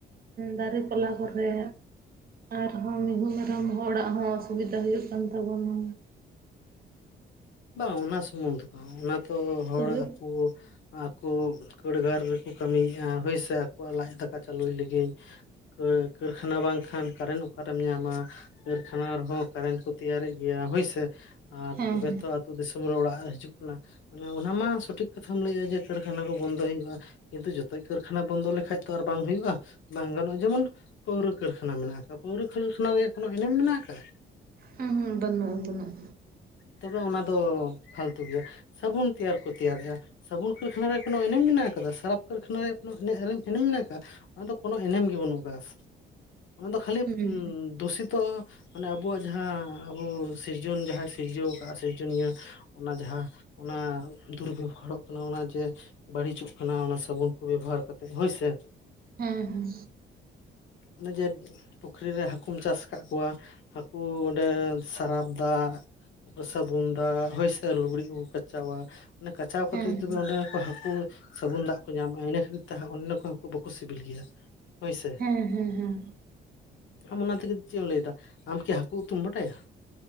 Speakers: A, on the right; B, on the left.
A: ᱫᱟᱨᱮ ᱯᱟᱞᱟ ᱠᱚᱨᱮ, ᱟᱨᱦᱚᱸ ᱢᱤᱦᱩ ᱢᱮᱨᱚᱢ ᱦᱚᱲᱟᱜ ᱦᱚᱸ ᱚᱥᱩᱵᱤᱫᱟ ᱦᱩᱭᱩᱜ ᱠᱟᱱ ᱛᱟᱵᱚᱱᱟ᱾
B: ᱵᱟᱝ ᱚᱱᱟ ᱥᱩᱢᱩᱝ ᱫᱚ ᱵᱟᱝ ᱚᱱᱟ ᱫᱚ ᱦᱚᱲ
A: ᱛᱚᱵᱮ
B: ᱟᱹᱛᱩ ᱟᱠᱚ ᱠᱟᱹᱲᱜᱟᱨ ᱨᱮᱠᱚ ᱠᱟᱹᱢᱤᱭᱮᱫᱼᱟ ᱦᱳᱭᱥᱮ ᱟᱠᱚᱣᱟᱜ ᱞᱟᱡ ᱫᱟᱠᱟ ᱪᱟᱹᱞᱩᱭ ᱞᱟᱹᱜᱤᱫ, ᱠᱟᱹᱨᱠᱷᱟᱱᱟ ᱵᱟᱝᱠᱷᱟᱱ ᱠᱟᱨᱮᱱᱴ ᱚᱠᱟᱨᱮᱢ ᱧᱟᱢᱟ? ᱠᱟᱹᱨᱠᱷᱟᱱᱟ ᱨᱮᱦᱚᱸ ᱠᱟᱨᱮᱱᱴ ᱠᱚ ᱛᱮᱭᱟᱨᱮᱫ ᱜᱮᱭᱟ ᱦᱳᱭᱥᱮ ᱟᱨ
A: ᱦᱮᱸ
B: ᱛᱚᱵᱮ
A: ᱦᱮᱸ
B: ᱟᱹᱛᱩᱳ ᱫᱤᱥᱚᱢ ᱨᱮ ᱚᱲᱟᱜ ᱦᱤᱡᱩᱜ ᱠᱟᱱᱟ ᱢᱟᱱᱮ ᱚᱱᱟ ᱢᱟ ᱥᱚᱴᱷᱤᱠ ᱠᱟᱛᱷᱟᱢ ᱞᱟᱹᱭᱮᱜᱼᱟ ᱡᱮ ᱠᱟᱹᱨᱠᱷᱟᱱᱟ ᱠᱚ ᱵᱚᱱᱫᱚᱭ ᱦᱩᱭᱩᱜᱼᱟ᱾ ᱠᱤᱱᱛᱩ ᱡᱚᱛᱚ ᱠᱟᱹᱨᱠᱷᱟᱱᱟ ᱵᱚᱱᱫᱚ ᱞᱮᱠᱷᱟᱡ ᱛᱚ ᱟᱨ ᱵᱟᱝ ᱦᱩᱭᱩᱜᱼᱟ, ᱵᱟᱝ ᱜᱟᱱᱚᱜᱼᱟ ᱡᱮᱢᱚᱱ ᱯᱟᱹᱣᱨᱟᱹ ᱠᱟᱹᱨᱠᱷᱟᱱᱟ ᱢᱮᱱᱟᱜ ᱟᱠᱟ-ᱟ, ᱯᱟᱹᱣᱨᱟᱹ ᱠᱟᱹᱨᱠᱷᱟᱱᱟ ᱨᱮᱭᱟᱜ ᱠᱚᱱᱳ ᱮᱱᱮᱢ ᱢᱮᱱᱟᱜ ᱟᱠᱟᱜ-ᱟ᱾
A: ᱦᱩᱸ ᱦᱩᱸ ᱵᱟᱹᱱᱩᱜ ᱵᱟᱹᱱᱩᱜ-ᱟ᱾
B: ᱛᱚᱵᱮ ᱚᱱᱟ ᱫᱚ ᱯᱷᱟᱞᱛᱩ ᱜᱮᱭᱟ ᱥᱟᱵᱚᱱ ᱛᱮᱭᱟᱨ ᱠᱚ ᱛᱮᱭᱟᱨᱮᱼᱟ᱾ ᱥᱟᱵᱩᱱ ᱠᱟᱹᱨᱠᱷᱟᱱᱟ ᱨᱮᱭᱟᱜ ᱠᱳᱱᱳ ᱮᱱᱮᱢ ᱢᱮᱱᱟᱜ ᱟᱠᱟᱫᱟ ᱥᱟᱨᱯ ᱠᱟᱹᱨᱠᱷᱟᱱᱟ ᱨᱮᱭᱟᱜ ᱠᱳᱱᱳ ᱮᱱᱮ ᱮᱨᱮ ᱮᱱᱮᱢ ᱢᱮᱱᱟᱜ ᱟᱠᱟᱼᱟ᱾ ᱚᱱᱟᱫᱚ ᱠᱳᱱᱳ ᱮᱱᱮᱢ ᱜᱮ ᱵᱟᱹᱱᱩᱜ ᱟᱠᱟᱫᱟ᱾ ᱚᱱᱟ ᱫᱚ ᱠᱷᱟᱹᱞᱤ
A: ᱦᱩᱸ
B: ᱫᱩᱥᱤᱛᱚ ᱢᱟᱱᱮ ᱟᱵᱚᱣᱟᱜ ᱡᱟᱦᱟᱸ ᱟᱵᱚ ᱥᱤᱨᱡᱚᱱ ᱡᱟᱦᱟᱸ ᱥᱤᱨᱡᱟᱹᱣ ᱟᱠᱟᱜᱼᱟ ᱥᱤᱨᱡᱚᱱᱤᱭᱟᱹ ᱚᱱᱟ ᱡᱟᱦᱟᱸ ᱚᱱᱟ ᱫᱩᱨᱵᱮᱦᱟᱨᱚᱜ ᱠᱟᱱᱟ ᱚᱱᱟ ᱡᱮ ᱵᱟᱹᱲᱤᱡᱚᱜ ᱠᱟᱱᱟ ᱚᱱᱟ ᱥᱟᱵᱚᱱ ᱠᱚ ᱵᱮᱵᱚᱦᱟᱨ ᱠᱟᱛᱮᱫ ᱦᱳᱭᱥᱮ᱾
A: ᱦᱮᱸ ᱦᱮᱸ
B: ᱚᱱᱮ ᱡᱮ ᱯᱩᱠᱷᱨᱤ ᱨᱮ ᱦᱟᱠᱩᱢ ᱪᱟᱥ ᱟᱠᱟᱫ ᱠᱚᱣᱟ, ᱦᱟᱹᱠᱩ ᱚᱸᱰᱮ ᱥᱟᱨᱟᱯ ᱫᱟᱜ ᱥᱟᱵᱩᱱ ᱫᱟᱜ ᱦᱳᱭ ᱥᱮ ᱞᱩᱜᱽᱲᱤ ᱠᱚᱠᱚ ᱠᱟᱪᱟᱣᱟ ᱢᱟᱱᱮ ᱠᱟᱪᱟᱣ ᱠᱟᱛᱮ
A: ᱦᱮᱸ
B: ᱛᱚᱵᱮ
A: ᱦᱮᱸ
B: ᱚᱸᱰᱮ ᱦᱟᱹᱠᱩ ᱥᱟᱵᱩᱱ ᱫᱟᱜ ᱠᱚ ᱧᱟᱢᱟ ᱤᱱᱟᱹ ᱠᱷᱟᱹᱛᱤᱨ ᱛᱮ ᱚᱱᱮᱱ ᱠᱚ ᱦᱟᱹᱠᱩ ᱵᱟᱠᱚ ᱥᱤᱵᱤᱞ ᱜᱮᱭᱟ᱾ ᱦᱳᱭᱥᱮ
A: ᱦᱮᱸ ᱦᱮᱸ ᱦᱮᱸ
B: ᱟᱢ ᱚᱱᱟ ᱛᱮᱜᱮ ᱪᱮᱫ ᱮᱢ ᱞᱟᱹᱭᱮᱫᱟ, ᱟᱢ ᱠᱤ ᱦᱟᱹᱠᱩ ᱩᱛᱩᱢ ᱵᱟᱰᱟᱭᱟ?